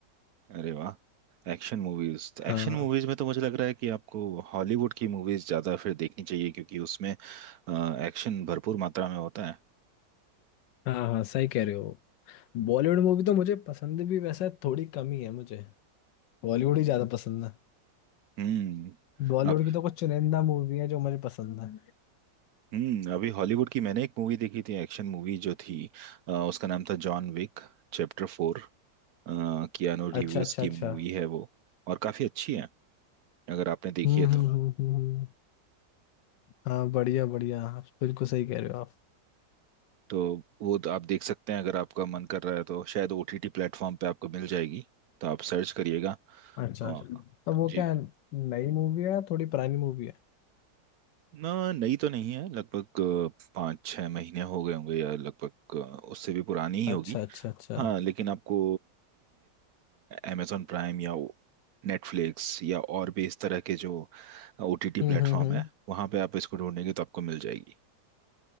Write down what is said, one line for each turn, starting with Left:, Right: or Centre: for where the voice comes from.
Right: अरे वाह एक्शन मूवीज
Left: हाँ
Right: तो एक्शन मूवीज में तो मुझे लग रहा है कि आपको हॉलीवुड की मूवीज ज्यादा फिर देखनी चाहिए क्योंकि उसमें एक्शन भरपूर मात्रा में होता है
Left: हाँ हाँ सही कह रहे हो बॉलीवुड मूवी तो मुझे पसंद भी वैसे थोड़ी कम ही है मुझे बॉलीवुड ही ज़्यादा पसंद है
Right: हम्म
Left: बॉलीवुड
Right: अब
Left: की तो कुछ चुनिंदा मूवी है जो मुझे पसंद है
Right: हम्म अभी हॉलीवुड की मैंने एक मूवी देखी थी एक्शन मूवी जो थी अ, उसका नाम था John Wick chapter four Keanu Reeves
Left: अच्छा अच्छा
Right: की
Left: अच्छा
Right: मूवी है वो और काफी अच्छी है अगर आपने देखी
Left: हम्म
Right: है
Left: हम्म
Right: तो
Left: हम्म हम्म हम्म। हाँ बढ़िया बढ़िया आप बिल्कुल सही कह रहे हो आप
Right: तो वो तो आप देख सकते हैं अगर आपका मन कर रहा है तो शायद ओटीटी प्लेटफॉर्म पे आपको मिल जाएगी तो आप सर्च करिएगा
Left: अच्छा
Right: आ,
Left: अच्छा तो वो
Right: जी
Left: क्या नई मूवी है या थोड़ी पुरानी मूवी है
Right: ना नई तो नहीं है लगभग अ, पाँच छः महीने हो गए होंगे या लगभग अ, उससे भी पुरानी ही
Left: अच्छा
Right: होगी
Left: अच्छा अच्छा
Right: हाँ लेकिन आपको अमेजोन प्राइम या नेटफ्लिक्स या और भी इस तरह के जो ओटीटी प्लेटफॉर्म
Left: हम्म हम्म हम्म
Right: है वहाँ पे आप इसको ढूंढेंगे तो आपको मिल जाएगी